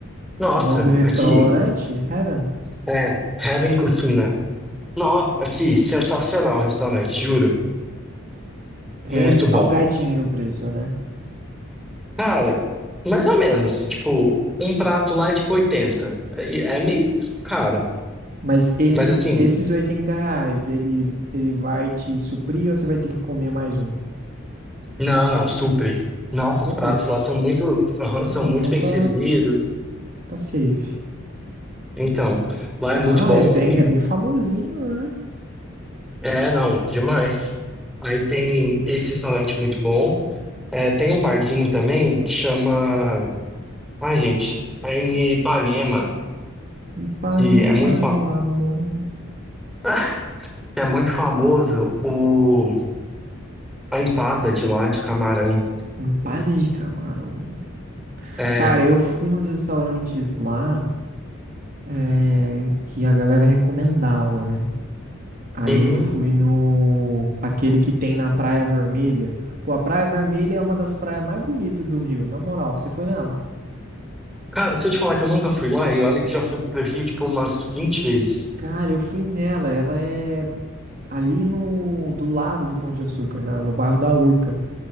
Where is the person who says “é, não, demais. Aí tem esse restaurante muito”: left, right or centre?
Centre